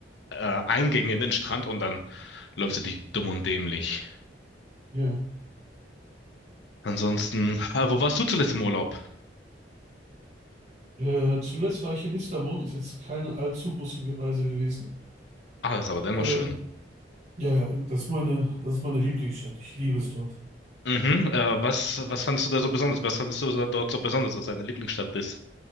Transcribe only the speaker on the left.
äh, Eingänge in den Strand und dann läufst du dich dumm und dämlich.
Ansonsten, äh, wo warst du zuletzt im Urlaub?
Ah, ist aber dennoch
schön.
Mhm, äh, was, was fandest du da so besonders? Was fandest du da dort so besonders, dass deine Lieblingsstadt ist?